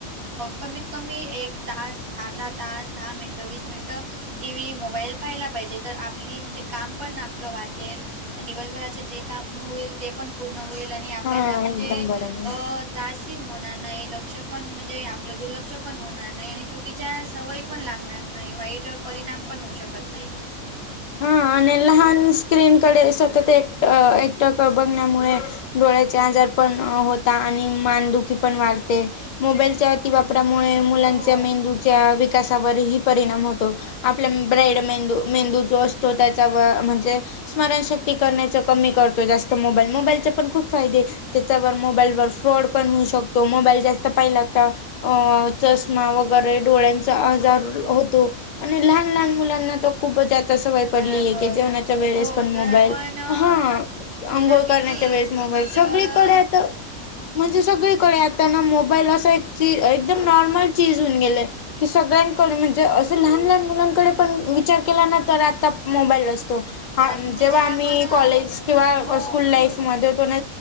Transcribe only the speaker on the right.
कमीत कमी एक तास अर्धा तास दहा मिनटं वीस मिनिट मिनटं टी व्ही मोबाईल पहायला पाहिजे तर आपली म्हणजे काम पण आपलं वाचेल मग दिवसभराचे जे काम होईल ते पण पूर्ण होईल आणि आपल्याना
म्हणजे
अ त्रासही होणार नाही लक्ष पण म्हणजे आपलं दुर्लक्ष पण होणार नाही आणि चुकीच्या सवयी पण लागणार. वाईट परिणाम पण होऊ शकत नाही.
हो
बराबर
हो
जर आपण
तुलना
केली
तर
<inaudible>
बरा म्हणजे
जर आपण
हो